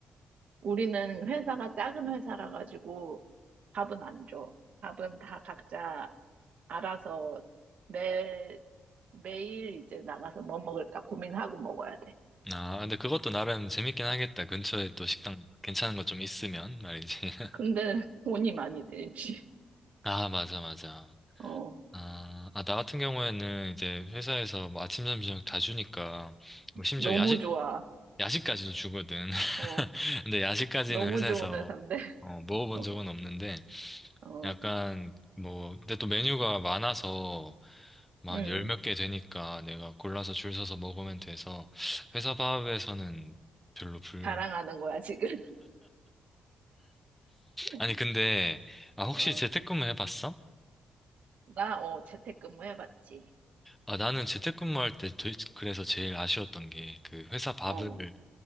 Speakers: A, on the right; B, in the centre.
A: 우리는 회사가 작은 회사라 가지고 밥은 안 줘. 밥은 다 각자 알아서 매, 매일 이제 나가서 뭐 먹을까 고민하고 먹어야 돼.
B: 아, 근데 그것도 나름 재밌긴 하겠다. 근처에 또 식당 괜찮은 거 좀 있으면 말이지. <laughs>
A: 근데 <laughs> 돈이 많이 들지.
B: 아, 맞아, 맞아.
A: 어,
B: 아, 아, 나 같은 경우에는 이제 회사에서 뭐 아침, 점심, 저녁 다 주니까 뭐 심지어
A: 너무
B: 야식,
A: 좋아.
B: 야식까지도 주거든. <laughs>
A: 어,
B: 근데 야식까지는
A: 너무
B: 회사에서
A: 좋은 회사인데.
B: 어, 먹어본
A: <laughs>
B: 적은 없는데
A: 어,
B: 약간
A: 어,
B: 뭐, 근데 또 메뉴가 많아서 만
A: 음,
B: 열 몇 개 되니까 내가 골라서 줄 서서 먹으면 돼서 회사 밥에서는 별로 불
A: 자랑하는 거야, 지금. <laughs>
B: 아니, 근데, 아, 혹시
A: 어,
B: 재택근무 해봤어?
A: 나, 어, 재택근무 해봤지.
B: 아, 나는 재택근무 할 때, 도- 그래서 제일 아쉬웠던 게, 그, 회사 밥을
A: 어,